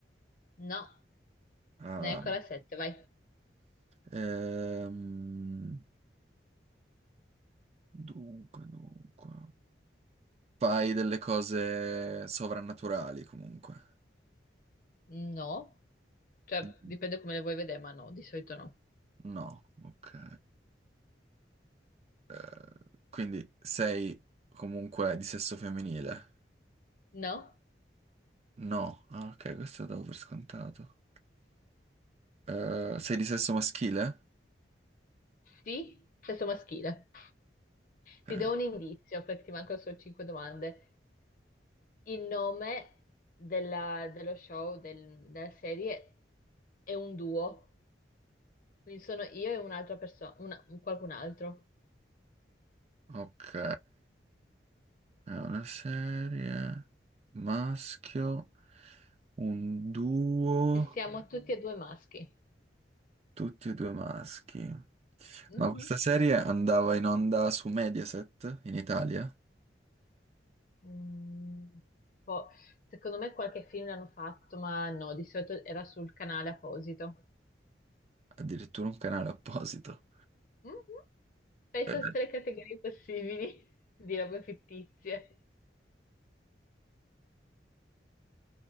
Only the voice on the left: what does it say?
no,
ne è ancora 7, vai.
No, cioè
dipende come le vuoi vedere, ma no, di solito no.
No,
sì, sesso maschile.
Ti do un indizio perché ti mancano solo 5 domande. Il nome della- dello show, del- della serie, è un duo, quindi sono io e un'altra persona, qualcun altro.
E siamo tutti e due maschi.
Mhm.
Mm, boh, secondo me qualche film l'hanno fatto, ma no, di solito era sul canale apposito.
Mhm. Pensa
a tutte le categorie possibili <laughs> di robe fittizie.